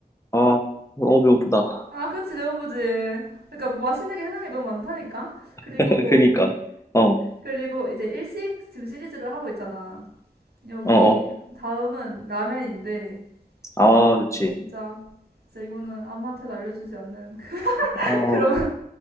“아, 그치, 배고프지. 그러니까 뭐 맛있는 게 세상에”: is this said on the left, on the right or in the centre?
Right